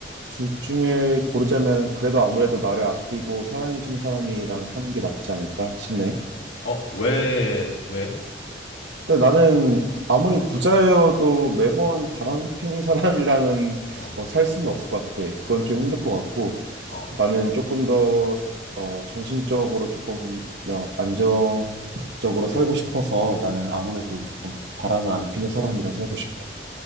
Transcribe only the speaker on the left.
어, 왜, 왜?
어,
어,
어,